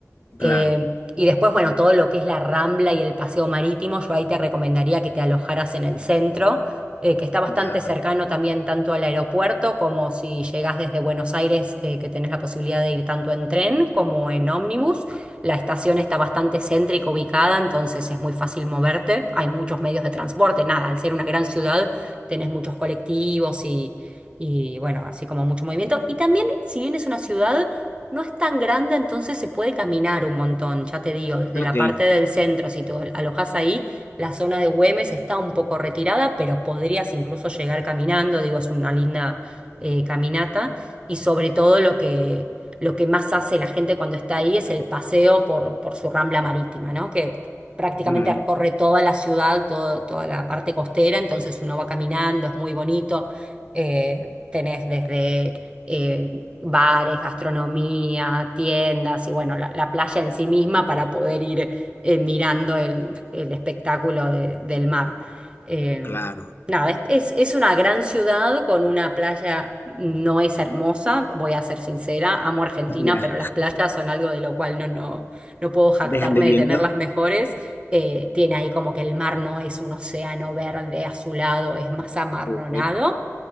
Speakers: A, on the right (about 20°); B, on the left (about 45°).
A: Eh,
B: Claro,
A: y después, bueno, todo lo que es la Rambla y el paseo marítimo, yo ahí te recomendaría que te alojaras en el centro, eh, que está bastante
B: ya.
A: cercano también tanto al aeropuerto como si llegás desde Buenos Aires, eh, que tenés la posibilidad de ir tanto en tren como en ómnibus. La estación está bastante céntrica ubicada, entonces es muy fácil moverte. Hay muchos medios de transporte, nada, al ser una gran ciudad, tenés muchos colectivos y, y bueno, así como mucho movimiento. Y también, si bien es una ciudad... No es tan grande, entonces se puede caminar un montón, ya te digo, desde
B: Ok.
A: la parte del centro, si te alojas ahí, la zona de Güemes está un poco retirada, pero podrías incluso llegar caminando, digo, es una linda eh, caminata, y sobre todo lo que, lo que más hace la gente cuando está ahí es el paseo por, por su rambla marítima, ¿no? Que prácticamente
B: ujú,
A: recorre toda la ciudad, todo- toda la parte costera, entonces uno va caminando, es muy bonito, eh, tenés desde... eh, bares, gastronomía, tiendas y bueno, la, la playa en sí misma para poder ir eh, mirando el, el espectáculo de- del mar. Eh,
B: Claro.
A: nada, es, es- es una gran ciudad con una playa, no es hermosa, voy a ser sincera, amo Argentina,
B: Ya.
A: pero las playas son algo de lo cual no, no, no puedo jactarme
B: Dejan de viendo.
A: de tener las mejores. Eh, tiene ahí como que el mar no es un océano verde azulado, es más amarronado,
B: Ujú,